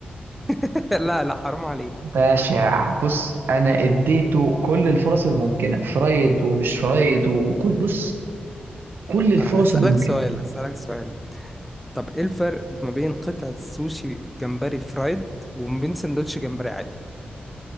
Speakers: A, in the centre; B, on the right (about 80°).
A: <laughs> لا لا حرام عليك
B: بشع بص انا اديته كل الفرص الممكنه فرايد ومش فرايد وكل بص كل
A: طب
B: الفرص
A: آه، هسألك
B: الممكنه
A: سؤال هسألك سؤال طب ايه الفرق ما بين قطعة سوشي جمبري فرايد وما بين سندوتش جمبري عادي